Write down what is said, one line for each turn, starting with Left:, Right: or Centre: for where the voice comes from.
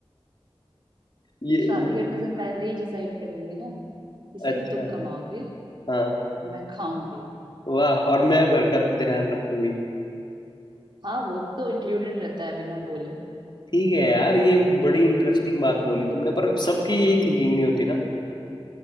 Left: ये,
Right: शादी
Left: ये
Right: करने से पहले ही डिसाइड कर लेंगे ना कि सिर्फ
Left: अच्छा
Right: तुम कमाओगे
Left: हाँ
Right: मैं खाऊंगी
Left: वाह और मैं घर का ध्यान रखूंगी
Right: हाँ वो तो इंक्लूडेड रहता है बिना बोले
Left: ठीक है यार ये बड़ी इंटरेस्टिंग बात बोली तुमने पर सबकी यही थिंकिंग नहीं होती ना